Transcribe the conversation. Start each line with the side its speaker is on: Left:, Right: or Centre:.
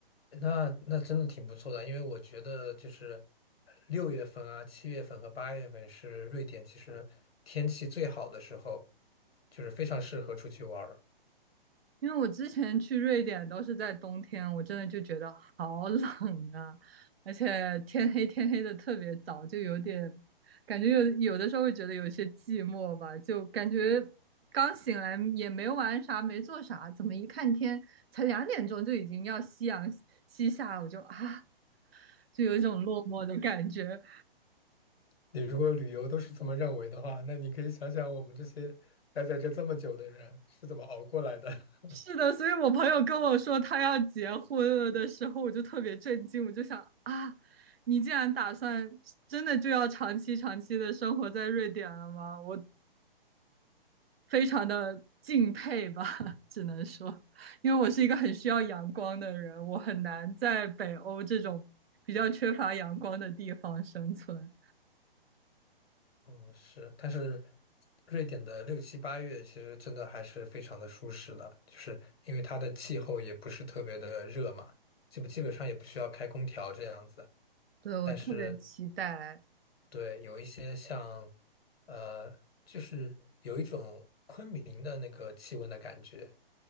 Left: 那那真的挺不错的，因为我觉得就是六月份啊、七月份和八月份是瑞典其实天气最好的时候，就是非常适合出去玩儿。
Right: 因为我之前去瑞典都是在冬天，我真的就觉得好冷啊，而且天黑天黑的特别早，就有点感觉有有的时候会觉得有些寂寞吧，就感觉刚醒来也没玩啥，没做啥，怎么一看天才两点钟就已经要夕阳西下，了，我就啊，就有一种落寞的感觉。
Left: 你如果旅游都是这么认为的话，那你可以想想我们这些待在这这么久的人是怎么熬过来的。<laughs>
Right: 是的，所以我朋友跟我说他要结婚了的时候，我就特别震惊，我就想啊，你竟然打算真的就要长期长期的生活在瑞典了吗？我非常的敬佩吧，<laughs> 只能说，因为我是一个很需要阳光的人，我很难在北欧这种比较缺乏阳光的地方生存。
Left: 嗯，是，但是瑞典的六七八月其实真的还是非常的舒适的，就是因为它的气候也不是特别的热嘛，基本基本上也不需要开空调这样子。
Right: 对，我特别期待
Left: 但是对，有一些像，呃，就是有一种昆明的那个气温的感觉。